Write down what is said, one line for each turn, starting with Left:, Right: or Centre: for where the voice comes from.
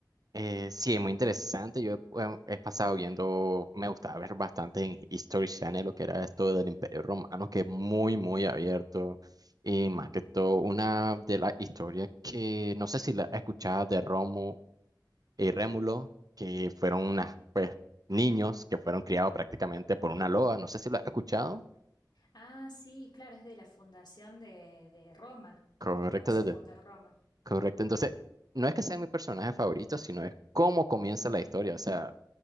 Right: Eh, sí, muy interesante. Yo he, he pasado viendo, me gustaba ver bastante en History Channel lo que era esto del Imperio Romano, que es muy, muy abierto. Y más que todo, una de las historias que no sé si la escuchabas de Romo y Rémulo, que fueron unas, pues, niños que fueron criados prácticamente por una loba. No sé si lo has escuchado.
Left: Ah, sí, claro, es de la fundación de, de Roma,
Right: Correcto,
Left: cómo se
Right: Tete.
Left: fundó Roma.
Right: Correcto. Entonces, no es que sean mis personajes favoritos, sino es cómo comienza la historia. O sea,